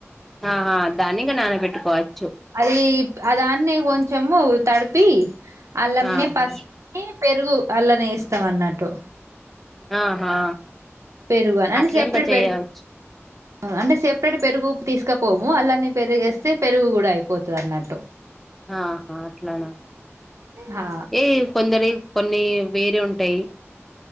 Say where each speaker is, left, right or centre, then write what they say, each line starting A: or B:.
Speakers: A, in the centre; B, on the right.
A: ఆహా దానింగా నాన పెట్టుకోవచ్చు
B: అది అ దాన్ని కొంచము తడిపి అలమనే
A: ఆహా
B: పస్ పెరుగు అల్లనే ఇస్తాం అన్నట్టు
A: ఆహా
B: పెరువానా
A: అట్లా
B: సపరేట్
A: ఇంకా చేయవచ్చు
B: పెరుగు అంటే సెపరేట్ పెరుగు తీసుకపోము అలాన్న పెరిగేస్తే పెరుగు కూడా అయిపోతుంది అన్నట్టు
A: ఆహా అట్లానా
B: హా
A: ఏ కొందరి కొన్ని వేరే ఉంటాయి